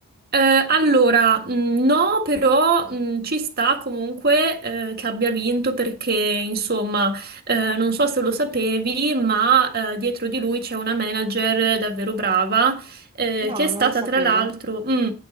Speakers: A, on the right; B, on the right.
A: Eh, allora, mh, no, però mh, ci sta comunque eh, che abbia vinto perché, insomma, eh, non so se lo sapevi, ma eh, dietro di lui c'è una manager davvero brava eh,
B: No,
A: che è stata
B: non lo sapevo.
A: tra l'altro mm,